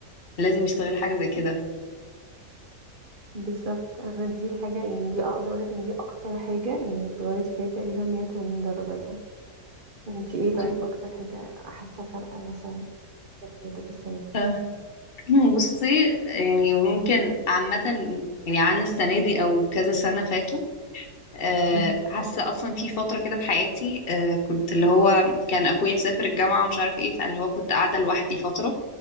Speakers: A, on the left (about 35°); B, on the right (about 35°).
A: لازم يستغل حاجة زي كده
B: بالظبط انا دي الحاجة يعني دي اقدر اقول لك ان دي اكتر حاجة يعني اتغيرت فيها تقريبا 180 درجة يعني انتي ايه طيب
A: ممكن
B: اكتر حاجة حاسة فرقة مثلا في حياتك السنة دي
A: ف- <clears throat> بصي يعني ممكن عامة يعني عن السنة دي أو كذا سنة فاتوا آه،
B: مم.
A: حاسة أصلا في فترة كده في حياتي آه، كنت اللي هو كان أخويا سافر الجامعة ومش عارف إيه فاللي هو كنت قاعدة لوحدي فترة